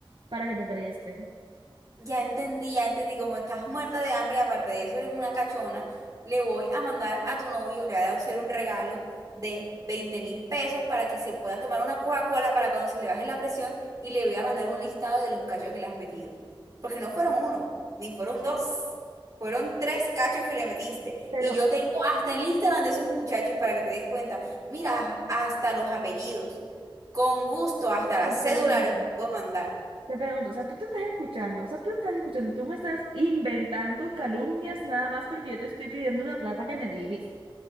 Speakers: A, on the right; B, on the right.
A: para que te presten.
B: Ya entendí, ya entendí, como estás muerta de hambre, aparte de eso eres una cachona, le voy a mandar a tu novio, le voy a hacer un regalo de veinte mil pesos para que se pueda tomar una Coca-Cola para cuando se le baje la presión y le voy a mandar un listado de los cachos que le has metido. Porque no fueron uno, ni fueron dos, fueron tres cachos que le metiste.
A: Pero
B: Y yo tengo hasta el Instagram de esos muchachos para que te des cuenta. Mira, hasta los apellidos. Con gusto, hasta las
A: te
B: cédulas
A: pregunto,
B: les puedo mandar.
A: te pregunto, o sea, tú te estás escuchando, o sea, tú te estás escuchando, tú me estás inventando calumnias nada más porque yo te estoy pidiendo una plata que me debes.